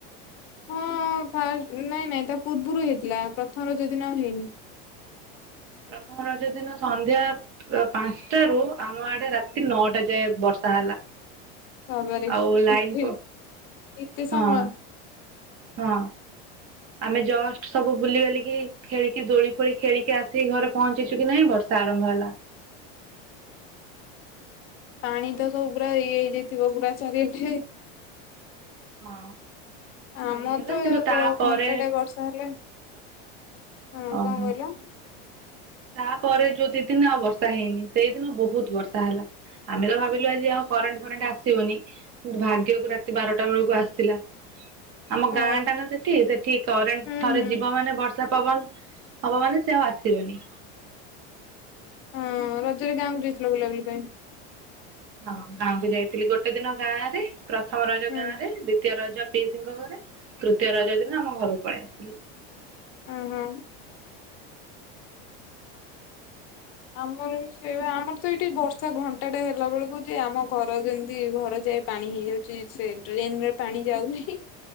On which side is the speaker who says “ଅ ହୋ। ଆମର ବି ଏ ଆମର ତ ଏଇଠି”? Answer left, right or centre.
Left